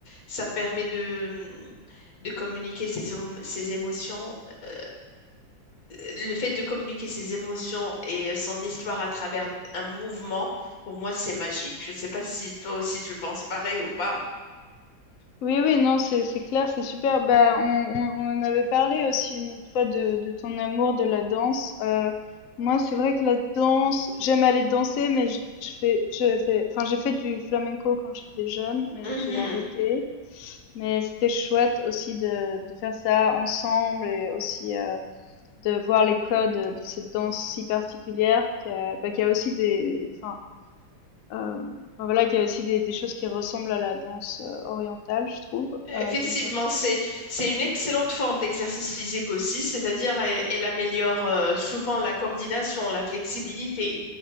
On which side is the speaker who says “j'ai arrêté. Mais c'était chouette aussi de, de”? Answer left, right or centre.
Left